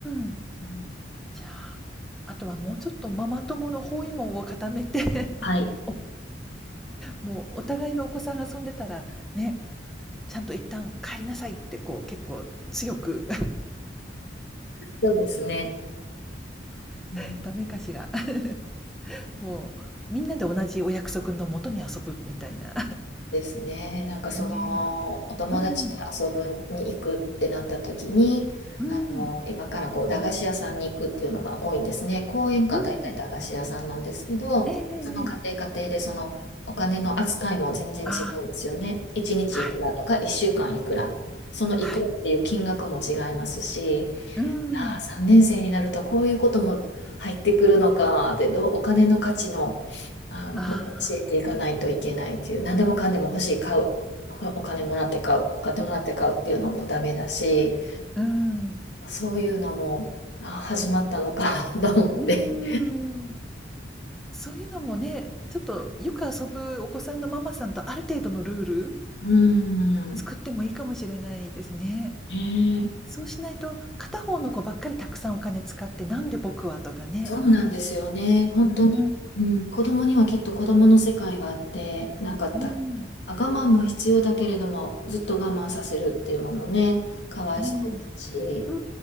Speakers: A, in the centre; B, on the left.
A: ん。
B: うん
A: じゃあ、あとはもうちょっとママ友の包囲網を固めて、<laughs>
B: はい、
A: おもうお互いのお子さんが遊んでたら、ね、ちゃんと一旦帰りなさいってこう結構強く
B: そうですね。
A: <laughs>
B: うん
A: ダメかしら。<laughs> もうみんなで同じお約束のもとに遊ぶみたいな。
B: ですね。なんかそのお友達と遊ぶに行くってなった時に、
A: ねえ。うん。うん。
B: あの今からこう駄菓子屋さんに行くっていうのが多いんですね。公園か大体駄菓子屋さんなんですけど、
A: うん。ええええええ。
B: その家庭家庭でそのお金の扱いも全然違うんですよね。
A: あ
B: 1日いくらとか1週間いくら、
A: あ、はい。
B: そのいくらっていう金額も違いますし、
A: はい。うん。
B: やー、3年生になるとこういうことも入ってくるのかでどうお金の価値のあもう教えていかないといけないっていう何でもかんでも欲しい買うお金もらって買うお金もらって買うっていうのもダメだし
A: ああ、うん。
B: そういうのもあー始まったのか <laughs> と思って。
A: うーん。そういうのもね、ちょっとよく遊ぶお子さんのママさんとある程度のルール
B: うーん
A: 作ってもいいかもしれないですね。
B: ねえ
A: そうしないと、片方の子ばっかりたくさんお金使って、なんで僕はとかね。
B: そうなんですよね。本当に。
A: うーん、
B: うん、子供にはきっと子供の世界があって、なんかた、
A: うん、
B: あ我慢も必要だけれども、ずっと我慢させるっていうのもね、かわいそうですし、
A: うん、うー